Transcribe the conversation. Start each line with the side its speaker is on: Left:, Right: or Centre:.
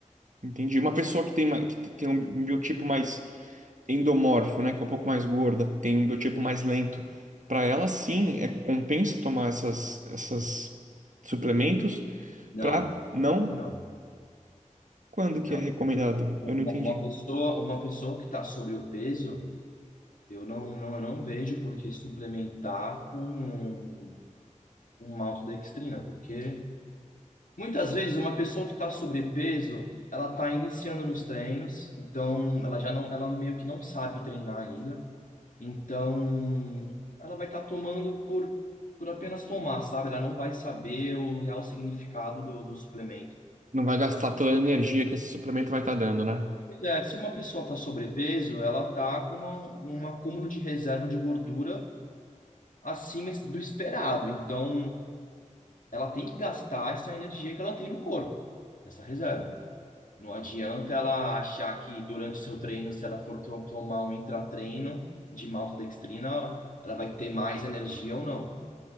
Right: entendi. Uma pessoa que tem, ma- que tem um biotipo mais endomorfo, né, que é um pouco mais gorda, tem um biotipo mais lento, para ela sim, é compensa tomar essas, essas suplementos
Left: Não,
Right: para não
Left: que não,
Right: quando
Left: não.
Right: que é recomendado.
Left: Uma
Right: Eu não entendi.
Left: uma pessoa, uma pessoa que está sobre o peso. Eu não, não, eu não vejo por que suplementar com um, maltodextrina, porque muitas vezes uma pessoa que está sobrepeso, ela está iniciando nos treinos, então ela já não, ela meio que não sabe treinar ainda, então ela vai estar tomando por, por apenas tomar, sabe? Ela não vai saber o real significado do, do suplemento.
Right: Não vai gastar toda a energia que esse suplemento vai estar dando, né?
Left: Pois é, se uma pessoa está sobrepeso, ela está com uma, um acúmulo de reserva de gordura acima do esperado. Então, ela tem que gastar essa energia que ela tem no corpo, essa reserva. Não adianta ela achar que durante o seu treino, se ela for to- tomar um intratreino de maltodextrina, ela vai ter mais energia ou não.